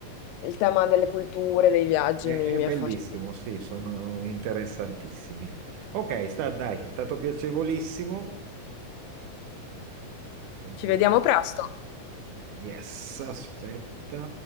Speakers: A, on the left; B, on the right.
A: il tema delle culture, dei viaggi
B: è,
A: mi,
B: è
A: mi
B: bellissimo,
A: affascina.
B: sì, sono interessantissimi. Ok, sta, dai, è stato piacevolissimo. Vediamo.
A: Ci vediamo presto.
B: Yes, aspetta.